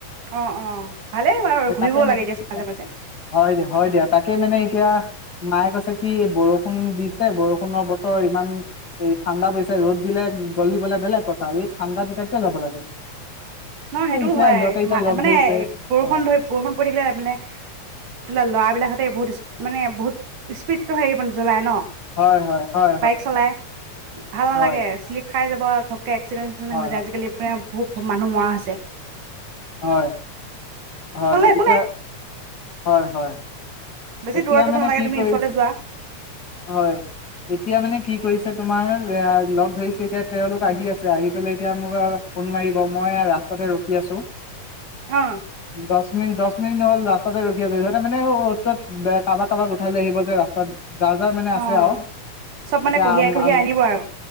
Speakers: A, on the right; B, on the left.
A: অ অ ভালেই বাৰু
B: এই
A: ঘূৰিবও
B: তাকে
A: লাগে দিয়াচোন মাজে
B: অ
A: মাজে
B: হয় দিয়া হয় দিয়া তাকে মানে এতিয়া মায়ে কৈছে কি বৰষুণ দিছে বৰষুণৰ বতৰ ইমান এই ঠাণ্ডা পৰিছে ৰ'দ দিলে গলিবলে বেলেগ কথা এই ঠাণ্ডা এতিয়া কিয় যাব লাগে
A: ন সেইটোও
B: এ এতিয়া
A: হয়
B: সিহঁতে এতিয়া লগ
A: মানে
B: ধৰিছে
A: বৰষুণ
B: অ
A: ধৰি বৰষুণ পৰি থাকিলে ত মানে ত ল'ৰাবিলাক বহুত মানে বহুত স্পীডতটো হেৰি জ্বলাই ন
B: হয় হয় হয়
A: বাইক চলাই ভাল নালাগে
B: হয়
A: শ্লিপ খাই যাব <unintelligible> এক্সিডেণ্টত
B: হয়
A: <unintelligible> আজিকালি <unintelligible>
B: হয়
A: মানুহ মৰা চে
B: হয় হয়
A: একো
B: এতিয়া
A: নাই
B: হয় হয়।
A: বেছি
B: এতিয়া
A: দূৰত যাব
B: মানে
A: নালাগে
B: কি
A: তুমি
B: কৰিছে
A: ওচৰতে যোৱা
B: হয় এতিয়া মানে কি কৰিছে। তোমাৰ লগ ধৰিছে এতিয়া তেওঁলোক আহি আছে আহি পেলাই এতিয়া মোক ফোন মাৰিব মই ৰাস্তাতে ৰখি আছো।
A: অ
B: দচ মিনিন দহ দহ মিনিট হ'ল ৰাস্তাতে ৰখা সিহতে মানে কাৰোবাক কাৰোবাক উঠাই লৈ আহিব যে ৰাস্তাত, যাৰ যাৰ মানে
A: অ
B: আছে আৰু
A: চব মানে
B: এতিয়া
A: কঢ়িয়াই
B: আম
A: কঢ়িয়াই
B: আ
A: আনিব আৰু